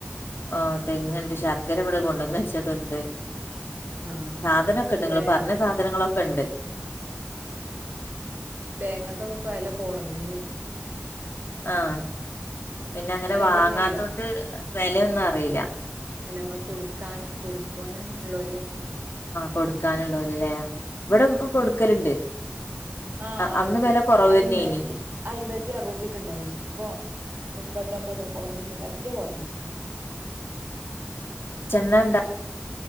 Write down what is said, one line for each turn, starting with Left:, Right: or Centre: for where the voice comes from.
Left: ആഹ് തെങ്ങ് ഉണ്ട് ശർക്കര ഇവിടെ കൊണ്ടെന്ന് വെച്ചത് ഉണ്ട്
Right: ആഹ്
Left: സാധനൊക്കെ ഉണ്ട് ഇങ്ങള്
Right: തേ
Left: പറഞ്ഞ സാധനങൾ ക്കുണ്ട്
Right: തേങ്ങക്കൊക്കെ ഇപ്പോ വില കുറഞ്ഞ്
Left: ആഹ് പിന്നങ്ങന
Right: നല്ല
Left: വാങ്ങതോണ്ട്
Right: വെലേണല്ലോ
Left: വിലയോന്നറിയില്ല
Right: അല്ല നമ്മൾ കൊടുക്കാൻ കൊടുക്കുവാൻ ള്ളോൽ
Left: കൊടുക്കാനുള്ളോൻ അല്ലെ ഇവിടെ ഇപ്പ കൊടുക്കലുണ്ട്
Right: ആഹ്
Left: അന്ന് വെല കൊറവന്നേനി
Right: അയ്മ്പത്തി അയ്മ്പത്തി അറുപത്തി ഒക്കെ ഉണ്ടായിന് ഇപ്പോ മുപ്പത്ത് ഒമ്പത് കുറഞ്ഞ് പറ്റ കുറഞ്ഞ്
Left: ചെന്നന്താ